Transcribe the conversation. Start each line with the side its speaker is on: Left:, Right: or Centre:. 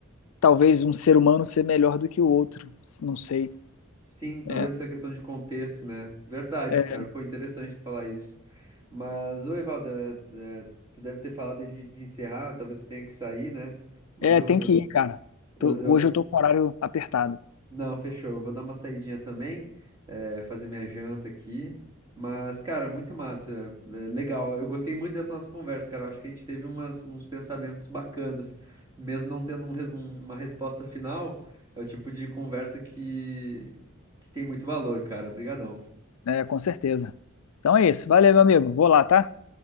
Left: talvez um ser humano ser melhor do que o outro, não sei.
Right: Sim, toda
Left: É,
Right: essa questão de contexto, né? Verdade,
Left: é,
Right: cara. Pô, interessante tu falar isso. Mas, ô, Evaldo, é, é, tu deve ter falado de, de encerrar, talvez tu tenha que sair, né? Mas
Left: é,
Right: eu,
Left: tem
Right: eu,
Left: que ir, cara.
Right: eu,
Left: Tô-
Right: eu
Left: hoje eu tô com o horário apertado.
Right: Não, fechou. Eu vou dar uma saidinha também, eh, fazer minha janta aqui. Mas, cara, muito massa. eh, legal. Eu gostei muito dessa nossa conversa, cara. Eu acho que a gente teve umas- uns pensamentos bacanas. Mesmo não tendo um re- um- uma resposta final, é o tipo de conversa que, que tem muito valor, cara. Obrigadão.
Left: É, com certeza. Então é isso. Valeu, meu amigo. Vou lá, tá?